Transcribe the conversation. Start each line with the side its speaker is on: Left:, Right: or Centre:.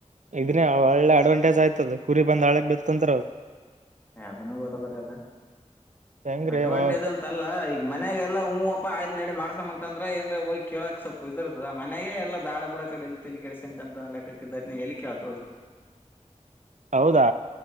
Right: ಇದನ್ನ ಒಳ್ಳೆ ಅಡ್ವಾಂಟೇಜ್ ಆಯ್ತದ ಕುರಿ ಬಂದ ಹಳ್ಳಕ್ಕ್ ಬಿತ್ತ ಅಂದ್ರರ.
Left: ಎ ಅದನ್ನು ಓದ ಬರೆದ.
Right: ಹೆಂಗ್ರೀ
Left: ಅಡ್ವಾಂಟಜ್
Right: ಮಾವನಿಗೆ
Left: ಅಂತಲ್ಲ ಈಗ ಮನ್ಯಾಗಲ್ಲ ಹೂವಪ್ಪ ಆಯ್ತ್ ನಡಿ ಮಾಡ್ಸಮ್ಮ ಅಂತ ಅಂದ್ರ ಏನ್ ಹೋಗಿ ಕೇಳೋಕ್ ಸ್ವಪ್ಪ ಇದಿರ್ತದ ಮನೆಗೆ ಎಲ್ಲ ಬ್ಯಾಡ ಬಿಡ್ ಆಕಡಿ ಎಲ್ಲಿ ತಲಿ ಕೆಡಸ್ಕೊಂತ ಅಂತ ಅನ ಲೆಕ್ಕಕ್ಕ ಇದ್ದತ್ನಾಗ್ ಎಲ್ಲಿ ಕೇಳ ತೊಗಿ.
Right: ಹೌದಾ.